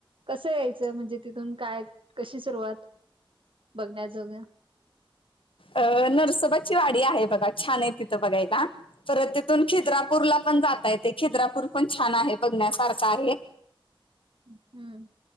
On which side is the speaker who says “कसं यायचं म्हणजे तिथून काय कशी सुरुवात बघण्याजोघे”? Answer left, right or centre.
Right